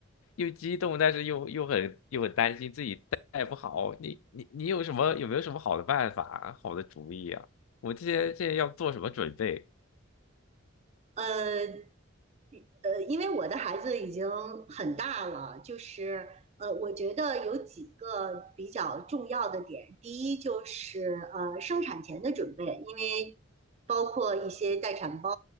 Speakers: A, on the left; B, on the right.
A: 又激动，但是又又很又很担心自己带不好。你你你有什么有没有什么好的办法、好的主意啊？我这些这些要做什么准备？
B: 呃呃，因为我的孩子已经很大了，就是呃，我觉得有几个比较重要的点。第一就是呃，生产前的准备，因为包括一些待产包，